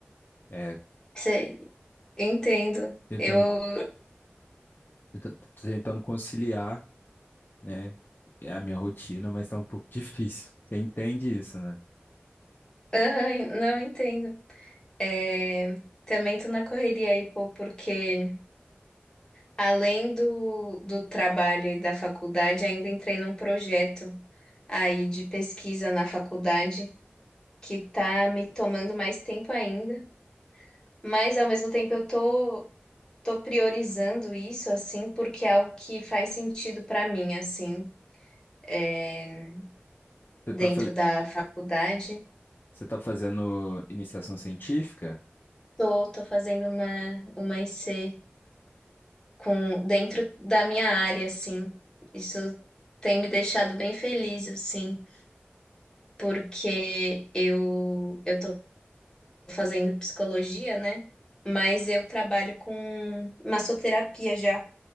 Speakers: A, on the left; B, on the left.
A: é,
B: Sei, entendo.
A: tentando,
B: Eu,
A: co- tenta- tentando conciliar. né? É a minha rotina, mas tá um pouco difícil. Você entende isso, né?
B: aham, não entendo. É, também tô na correria aí, pô, porque além do, do trabalho e da faculdade, ainda entrei num projeto. aí de pesquisa na faculdade que tá me tomando mais tempo ainda, mas ao mesmo tempo eu tô tô priorizando isso assim porque é algo que faz sentido para mim assim, é,
A: Você
B: dentro
A: tá, fa-
B: da faculdade.
A: você tá fazendo iniciação científica?
B: Tô, tô fazendo uma uma IC com dentro da minha área assim. Isso tem me deixado bem feliz assim, porque eu eu tô fazendo psicologia, né? Mas eu trabalho com massoterapia já